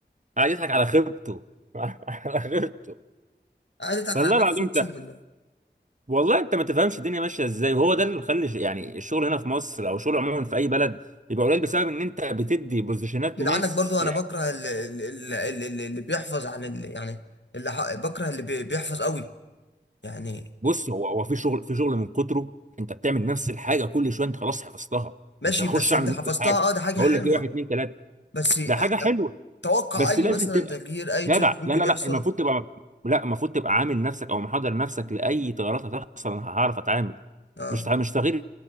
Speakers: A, on the right; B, on the left.
A: قاعد يضحك على خيبته <laughs> على خيبته
B: قاعد يضحك
A: والله
B: على نفسه
A: العظيم
B: اقسم بالله
A: والله انت ما تفهمش الدنيا ماشيه ازاي وهو ده اللي مخلي ش- يعني الشغل هنا في مصر او الشغل عموما في اي بلد بيبقى قليل بسبب ان انت بتدي بوزيشنات
B: جدعنك
A: لناس
B: برضو
A: يعني
B: انا بكره اللي, اللي, اللي, اللي بيحفظ عن اللي يعني اللي ح- بكره اللي بي- بيحفظ قوي يعني
A: بص هو هو في شغل في شغل من كتره انت بتعمل نفس الحاجه كل شويه انت خلاص حفظتها
B: ماشي
A: مش هخش
B: بس
A: اعمل
B: انت حفظتها
A: نفس الحاجه
B: اه ده حاجة
A: بقول
B: حلوة
A: لك ايه واحد اتنين تلاته
B: بس آه،
A: ده حاجه حلوه
B: توقع
A: بس
B: اي
A: لازم
B: مثلا
A: تبقى
B: تغيير اي
A: جدع
B: تشنج ممكن
A: لا لا
B: يحصل
A: لا المفروض تبقى لا المفروض تبقى عامل نفسك او محضر نفسك لاي تغيرات هتحصل انا هعرف اتعامل
B: اه
A: مش تع- مش تغيير